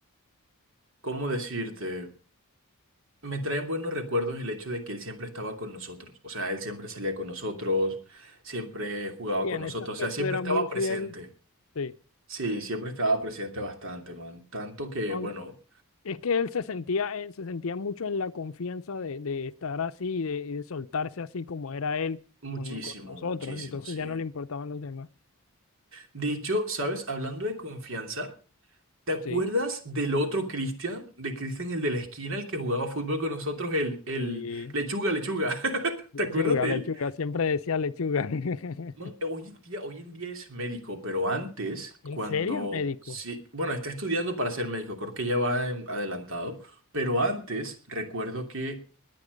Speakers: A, on the right; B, on the left.
A: ¿cómo decirte? Me traen buenos recuerdos el hecho de que él siempre estaba con nosotros. O sea, él siempre salía con nosotros, siempre jugaba
B: Y
A: con
B: en
A: nosotros,
B: ese aspecto
A: o sea, siempre
B: era
A: estaba
B: muy
A: presente.
B: fiel, sí.
A: Sí, siempre estaba presente bastante, man. Tanto que,
B: Aun-
A: bueno,
B: Es que él se sentía, eh, se sentía mucho en la confianza de, de estar así, y de, y de soltarse así como era él
A: muchísimo,
B: con, con nosotros,
A: muchísimo,
B: entonces
A: sí.
B: ya no le importaban los demás.
A: De hecho, ¿sabes? Hablando de confianza, ¿te acuerdas
B: Sí.
A: del otro Cristian? De Cristian, el de la esquina, el que jugaba fútbol con nosotros, el, el
B: Sí,
A: lechuga, lechuga. <laughs> ¿Te
B: lechuga,
A: acuerdas de
B: lechuga,
A: él?
B: siempre decía lechuga. <laughs>
A: Man, hoy en día, hoy en día es médico, pero antes,
B: ¿En
A: cuando,
B: serio, médico?
A: sí, bueno, está estudiando para ser médico, creo que ya va
B: Ok.
A: en- adelantado, pero antes recuerdo que